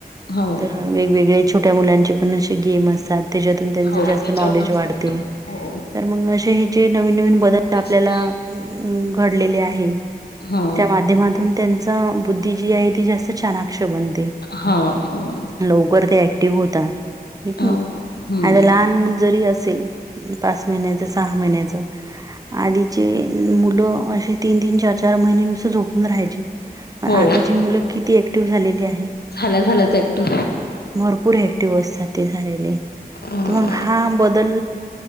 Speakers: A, on the left (about 80°); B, on the right (about 25°).
A: हो
B: तर वेगवेगळे... छोट्या मुलांचे पण असे गेम असतात... त्याच्यातून त्यांच
A: हो
B: जास्त
A: त्याच्यावरूनच
B: नॉलेज वाढते
A: सांगतो हो
B: तर मग असे हे जे नवीन नवीन बदल
A: तेच
B: आपल्याला....
A: ना
B: घडले आहे
A: हो
B: त्या माध्यमातून त्यांच बुद्धी जी आहे ती जास्त च्यालाख.... बनते.
A: हो हो
B: लवकर ते ऍक्टिव्ह होते. क
A: हो
B: नाही
A: हम्म
B: आणि लहान मुल जरी असली.... असेल पाच महिन्याचं सहा महिन्याचं आधीचे... मुलं असे तीन तीन चार चार महिन नुसतं झोपून राहायचे... पण
A: हो
B: आताची मुलं किती ऍक्टिव्ह झालेली आहे...
A: झालं झालंच टॅटू....
B: भरपूर ऍक्टिव्ह असतात ते झालेले
A: हम्म
B: तर मग हा बदल....